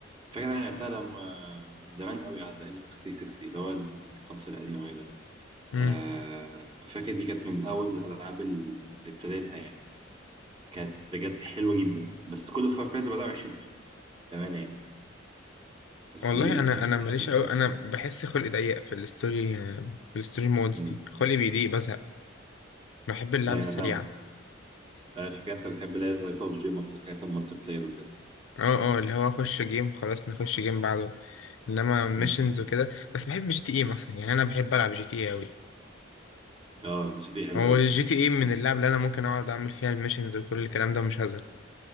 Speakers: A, on the right; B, on the left.
A: فاكر انا لعبتها لما من زمان قوي على الاكس بوكس 360 اللي هو ال- الكونسول القديم قوي ده
B: امم
A: آه... فاكر دي كانت من اول الالعاب ال- اللي ابتديتها يعني كانت بجد حلوه جدا بس كل فار كرايز بعدها وحشين قوي بامانه يعني بس
B: والله
A: دي
B: انا
A: كانت
B: انا ماليش
A: حلوه
B: قوي
A: قوي
B: انا بحس خلقي ضيق في الستوري في الستوري مودز
A: امم
B: دي خلقي بيضيق بزهق بحب اللعب
A: يعني
B: السريعه
A: انا فاهم آه، عشان كده انت بتحب اللي هي زي ببجي ملت... حاجات المالتي بلاير وكده
B: اه اه اللي هو اخش جيم خلاص نخش جيم بعده انما ميشنز
A: مم.
B: وكده بس بحب جي تي اي مثلا يعني انا بحب العب جي تي اي اوي
A: اه جي تي إيه حلو
B: هو
A: قوي
B: الجي
A: بقى.
B: تي اي من
A: انت
B: اللعب اللي انا ممكن اقعد اعمل فيها الميشنز وكل الكلام ده ومش هزهق